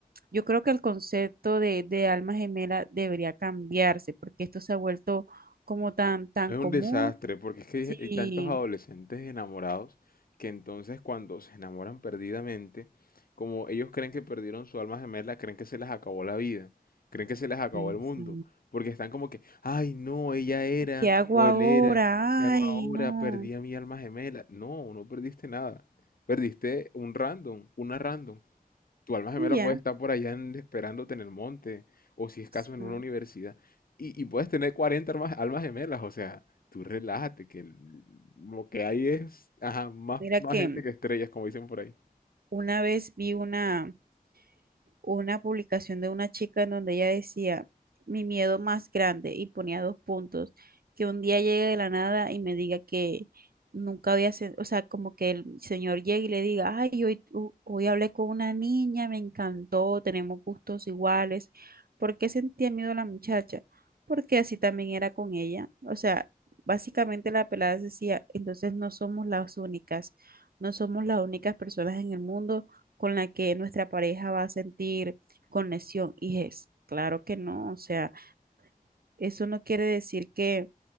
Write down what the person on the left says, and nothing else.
Es
un desastre, porque es que
hay tantos adolescentes enamorados que entonces cuando se enamoran perdidamente, como ellos creen que perdieron su alma gemela, creen que se les acabó la vida, creen que se les acabó
el mundo, porque están como que, ay, no, ella era
o
él era, ¿qué hago
ahora?
Perdí a mi alma gemela. No, no perdiste nada. Perdiste un random, una random. Tu alma gemela
puede estar por allá en- esperándote en el monte, o si es
caso
en una universidad, y, y puedes tener 40 almas, almas gemelas, o sea, tú relájate, que el- lo que hay es, ajá, más,
más
gente que estrellas, como dicen por ahí.